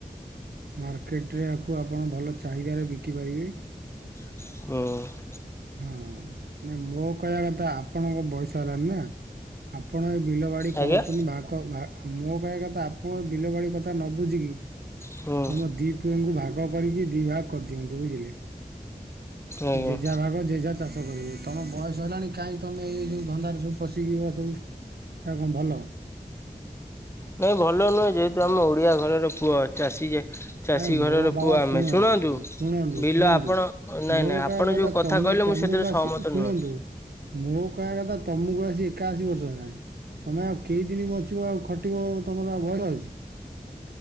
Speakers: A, on the right; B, on the left.
A: ମାର୍କେଟରେ ଆକୁ ଆପଣ ଭଲ ଚାହିଦାରେ ବିକିପାରିବେ।
B: ହଁ।
A: ହଁ ନାଇଁ ମୋ କହିବା କଥା ଆପଣଙ୍କ ବୟସ ହେଲାଣି ନା? ଆପଣ ଏ ବିଲ ବାଡ଼ି
B: ଆଜ୍ଞା
A: କରତୁନି ଭଗ ମୋ କହଆ କଥା ଆପଣ ବିଲ ବାଡ଼ି କଥା ନ ବୁଝିକି
B: ହୁଁ
A: ତୁମ ଦି ପୁଅଙ୍କୁ ଭାଗ କରିକି ଦି ଭାଗ କରିଦିଅନ୍ତୁ ବୁଝିଲେ।
B: ହଁ ବା।
A: ଯେଝା ଭାଗ ଯେଝା ଚାଷ କରିବେ, ତମ ବୟସ ହେଲାଣି କାଇଁ ତମେ ଏଇ ଯୋଉ ଧନ୍ଦାରେ ସବୁ ପଶିକି ଏଇଗୁରା ସବୁ <unintelligible> ଭଲ?
B: ନାଇଁ ଭଲ ନୁହେଁ, ଯେହେତୁ ଆମ ଓଡ଼ିଆ ଘରର ପୁଅ ଚାଷୀ ଯେ ଚାଷୀ
A: ଆରେ ମୋ
B: ଘରର
A: ବାବା
B: ପୁଅ ଆମେ
A: ଶୁଣ
B: ଶୁଣନ୍ତୁ
A: ଶୁଣନ୍ତୁ-ଶୁଣନ୍ତୁ
B: ବିଲ ଆପଣ ନାଇଁ
A: ମୋ
B: ନାଇଁ ଆପଣ
A: କହଆ କଥା
B: ଯୋଉ
A: ତମେ
B: କହିଲେ
A: ତମୁକୁ
B: ମୁଁ ସେଥିରେ ସହମତ
A: ଆସି ଶୁଣନ୍ତୁ
B: ନୁହେଁ।
A: ମୋ କହିଆ କଥା ତମୁଁକୁ ଆସି ଏକାଅଶୀ ବର୍ଷ ହେଲାଣି। ତମେ ଆଉ କେଇଦିନି ବଞ୍ଚିବ ଆଉ ଖଟିବ ତମର ଆଉ ବୟସ ଅଛି?